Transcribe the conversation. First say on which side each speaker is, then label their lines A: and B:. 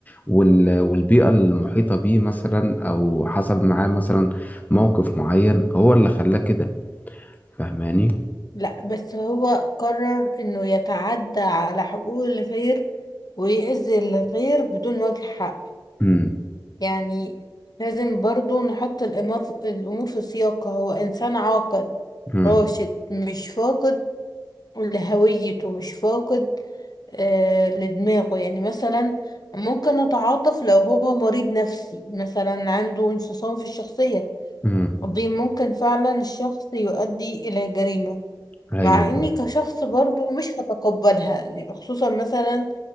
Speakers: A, on the left; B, on the left.
A: وال- والبيئة المحيطة بيه مثلا او حصل معاه مثلا موقف معين هو اللي خلاه كده فاهماني
B: لا بس هو قرر انه يتعدى على حقوق الغير ويأذي الغير بدون وجه حق
A: امم
B: يعني لازم برضو نحط الأمور الأمور في سياقها هو إنسان عاقل
A: امم
B: راشد مش فاقد لهويته مش فاقد آه لدماغه يعني مثلا ممكن أتعاطف لو هو مريض نفسي مثلا عنده انفصام في الشخصية
A: امم
B: دي ممكن فعلا الشخص يؤدي إلى جريمة
A: ايوه
B: مع اني كشخص برضو مش هتقبلها يعني خصوصا مثلا